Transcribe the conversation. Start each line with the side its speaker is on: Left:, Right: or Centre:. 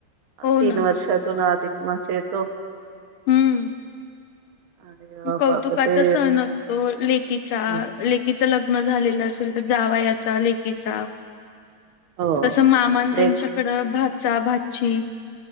Left: हो
Right: तीन
Left: ना
Right: वर्षातून अधिक मास येतो.
Left: हम्म.
Right: आणि अ,
Left: कौतुकाचा
Right: मग ते
Left: सण असतो लेकीचा
Right: अ
Left: लेकीच लग्न झालेलं असेल तर जावाईयाचा लेकीचा
Right: हो
Left: तस मामान त्यांच्याकडं
Right: लेट
Left: भाचा भाची